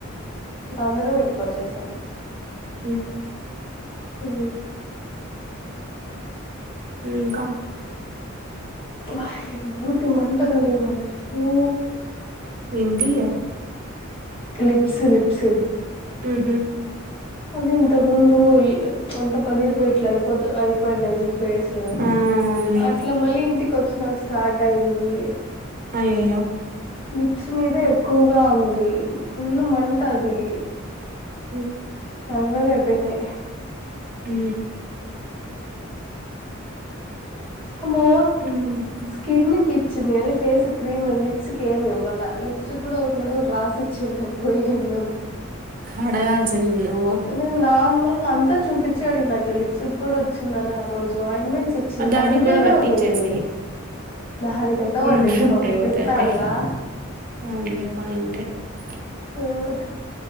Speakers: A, on the left; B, on the right.
A: ఇంకా అందరం ఇంటికి వచ్చేసాం
B: హ
A: ఊ
B: ఇంకా
A: బాహ మూర్తి మంటగానివా ఊ
B: ఇంటియా
A: లిప్స్ లిప్స్
B: హమ్
A: ఫాలిన్ ఇంత క్ ముందు ఇల్. అంత పగిలిపోయి ఇట్లా అయిపోతది అయి. వైన్ నేచర్ ఫేస్. సు
B: ఆ అవునులే
A: అట్లా మళ్ళీ ఇంటికి వచ్చ. నాక్ స్టార్ట్ అయింది.
B: అయ్యో అయ్యే.
A: లిప్స్ మీద ఎక్కువగా ఉంది. ఫుల్ మంట అది.
B: అ
A: చల్లగా అయిపోయినాయి.
B: హ
A: అమ్మో
B: ఉమ్.
A: స్కిన్ కి. వచ్చింది గానీ ఫేస్ క్రీమ్ లిప్స్ కి ఏమ్ ఇవ్వాల లి సిబ్రో ఏదో ఒకటి రాసి ఇచ్చింది. పోయిండు.
B: అడగాల్సి. అయ్యయ్యో.
A: నేను నార్మల్ అంతా చూపించాడు ఈ నే నైట్. లిప్స్ కూడా వచ్చింద నాట్. రోజు ఆయింట్మెంట్ చ్చింది
B: దానికి
A: తగ్గిపోయినే
B: కూడా పట్టిచ్చేసేయ్
A: ఉనింది దానికి ఎట్లా వడ్డిస్తాము
B: ఉండే ఉంటాయి పోతే
A: తింటాండ్లా
B: అదే అవునులే <unintelligible>
A: హలో